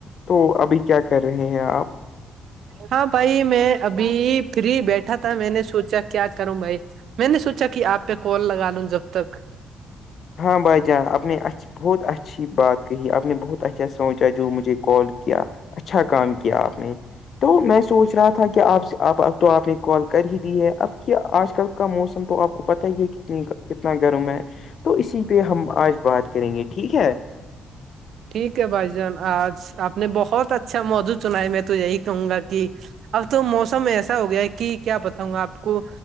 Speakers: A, on the left; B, on the right.
A: تو ابھی کیا کر رہے ہیں آپ
B: ہاں بھائی میں ابھی فری بیٹھا تھا میں نے سوچا کیا کروں بھائی میں نے سوچا کہ آپ پہ کال لگا لوں جب تک
A: ہاں بھائی جان آپ نے اج بہت اچھی بات کہی آپ نے بہت اچھا سوچا جو مجھے کال کیا اچھا کام کیا آپ نے تو میں سوچ رہا تھا کہ آپ سے اب تو آپ نے کال کر ہی دی ہے اب کہ آج کل کا موسم تو آپ کو پتا ہی ہے کتنی کتنا گرم ہے تو اسی پہ ہم آج بات کریں گے ٹھیک ہے
B: ٹھیک ہے بھائی جان آج آپ نے بہت اچھا موضوع چنا ہے میں تو یہی کہوں گا کہ اب تو موسم ایسا ہو گیا ہے کہ کیا بتاؤں گا آپ کو